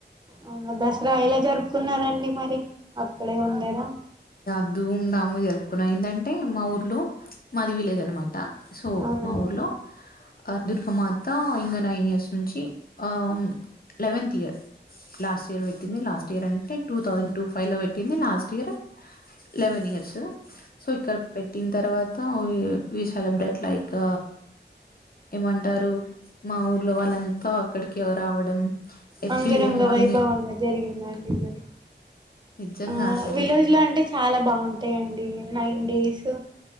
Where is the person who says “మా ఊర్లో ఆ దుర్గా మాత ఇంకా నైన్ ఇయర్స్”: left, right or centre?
Left